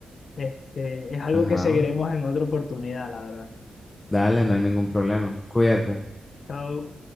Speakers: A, on the left (about 60°); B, on the left (about 20°).
A: este, es algo
B: Ajá.
A: que seguiremos en otra oportunidad, la verdad.
B: Dale, no hay ningún problema. Cuídate.
A: Chao.